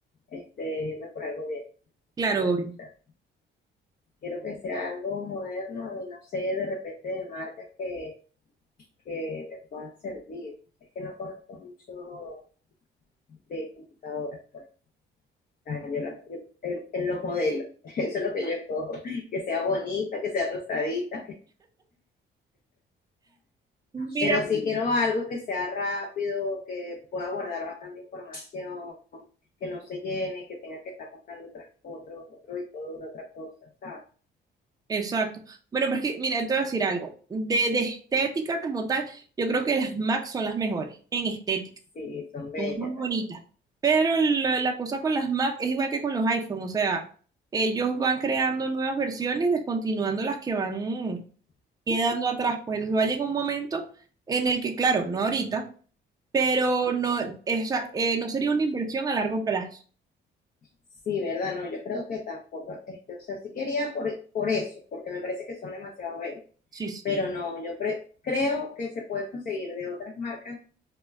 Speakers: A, on the left; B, on the right.
A: este, irme por algo bien,
B: Claro,
A: pues,
B: obvio.
A: o sea, quiero que sea algo moderno y no sé, de repente de marcas que, que me puedan servir. Es que no conozco mucho de computadoras, pues. O sea, yo la- yo- en, en los modelos, <laughs> eso es lo que yo cojo, que sea bonita, que sea rosadita,
B: Mira,
A: Pero sí quiero algo que sea rápido, que pueda guardar bastante información, que no se llene, que tenga que estar comprando otras, otro, otro disco duro, otra cosa, ¿sabes?
B: exacto. Bueno, pero es que, mira, te voy a decir algo. De, de estética como tal, yo creo que las MAC son las mejores en estética.
A: Sí, son bellas.
B: Son muy bonitas.
A: ¿verdad?
B: Pero la, la cosa con las Mac es igual que con los iPhone. O sea, ellos van creando nuevas versiones, descontinuando las que van quedando atrás. Pues entonces va a llegar un momento en el que, claro, no ahorita, pero no, esa, eh, no sería una inversión a largo plazo.
A: Sí, ¿verdad? No, yo creo que tampoco, este, o sea, sí quería por, por eso, porque me parece que son demasiado bellas.
B: Sí, sí,
A: Pero no, yo pre- creo que se puede conseguir de otras marcas